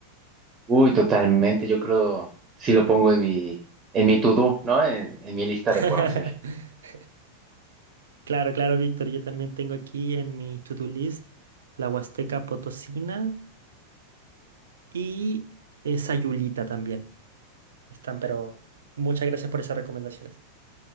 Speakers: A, on the right (about 25°); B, on the right (about 65°).
A: Uy, totalmente. Yo creo sí lo pongo en mi en mi to-do, ¿no? En, en mi lista
B: <laughs>
A: de por hacer.
B: Claro, claro, Víctor, yo también tengo aquí en mi to-do list la Huasteca Potosina y eh, Sayulita también. Están, pero muchas gracias por esas recomendaciones.